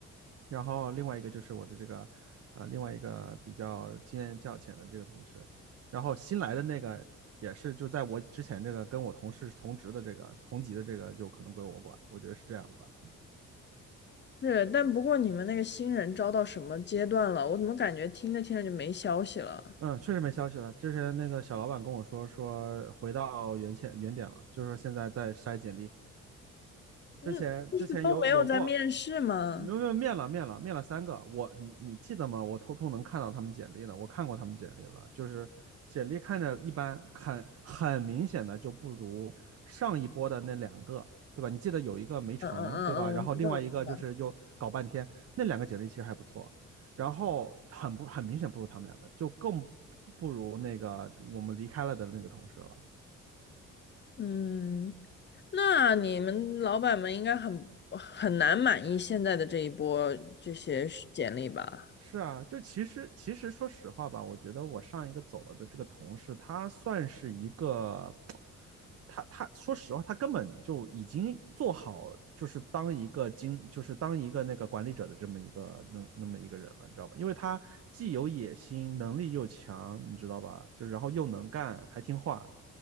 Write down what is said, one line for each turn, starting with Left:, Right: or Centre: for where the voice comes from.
Right: 然后另外一个就是我的这个，呃，另外一个比较经验较浅的这个同事，然后新来的那个也是就在我之前这个跟我同事同职的这个同级的这个就可能归我管，我觉得是这样的吧。
Left: 是，但不过你们那个新人招到什么阶段了？我怎么感觉听着听着就没消息了？
Right: 嗯，确实没消息了。之前那个小老板跟我说说回到原先原点了，就是说现在在筛简历，
Left: 嗯，
Right: 之前之前有有过，
Left: 就是都没有在面试吗？
Right: 没有没有面了面了面了三个。我你你记得吗？我偷偷能看到他们简历的，我看过他们简历了，就是简历看着一般，很很明显的就不如上一波的那两个，对吧？你记得有一个没成，
Left: 嗯嗯嗯嗯，
Right: 对吧？然后另外一个就是又搞半天，
Left: 我知道，我知道。
Right: 那两个简历其实还不错，然后很不很明显不如他们两个，就更不不如那个我们离开了的那个同事了。
Left: 嗯，那你们老板们应该很很难满意现在的这一波这些简历吧？
Right: 是啊，就其实其实说实话吧，我觉得我上一个走了的这个同事，他算是一个，他他说实话，他根本就已经做好，就是当一个经，就是当一个那个管理者的这么一个那那么一个人了，你知道吧？因为他既有野心，能力又强，你知道吧？就是然后又能干，还听话，